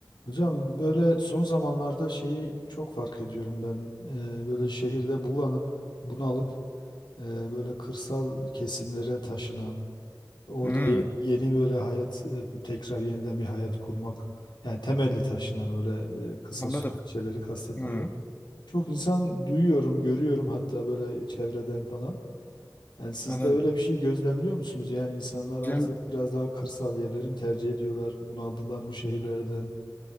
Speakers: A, on the left; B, on the left.
A: Hocam böyle son zamanlarda şeyi çok fark ediyorum ben. Eee, böyle şehirde bulanıp bunalıp eee, böyle kırsal kesimlere taşınan, orada
B: Hmm,
A: ye- yeni, böyle hayat eee, tekrar yeniden bir hayat kurmak yani temelli taşınan öyle eee, kısa
B: anladım.
A: süre şeyleri kastetmiyorum.
B: Hmm,
A: Çok insan duyuyorum, görüyorum hatta böyle çevreden falan. Yani siz
B: anladım.
A: de öyle bir şey gözlemliyor musunuz? Yani insanlar
B: Hocam,
A: artık biraz daha kırsal yerleri mi tercih ediyorlar? Bunaldılar mı şehirlerden?